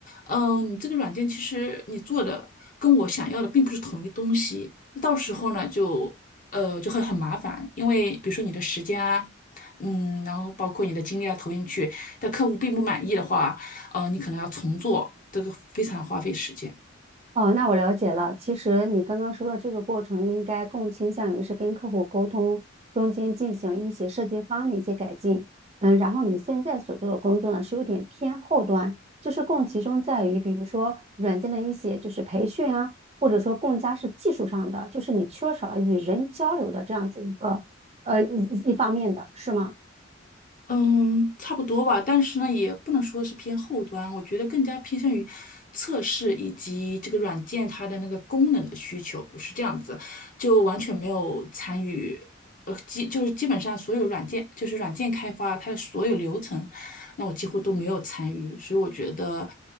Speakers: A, on the left; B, on the right.
A: 嗯、呃你这个软件其实你做的跟我想要的并不是同一东西，到时候呢就呃就会很麻烦，因为比如说你的时间啊。嗯，然后包括你的精力要投进去，但客户并不满意的话，呃，你可能要重做，这个非常花费时间。
B: 哦，那我了解了。其实你刚刚说的这个过程，应该更倾向于是跟客户沟通中间进行一些设计方案的一些改进。嗯，然后你现在所做的工作呢，是有点偏后端，就是更集中在于，比如说软件的一些就是培训啊，或者说更加是技术上的，就是你缺少了与人交流的这样子一个呃一一方面的，是吗？
A: 嗯，差不多吧，但是呢，也不能说是偏后端，我觉得更加偏向于测试以及这个软件它的那个功能的需求是这样子，就完全没有参与，呃，基就是基本上所有软件，就是软件开发它的所有流程，那我几乎都没有参与，所以我觉得，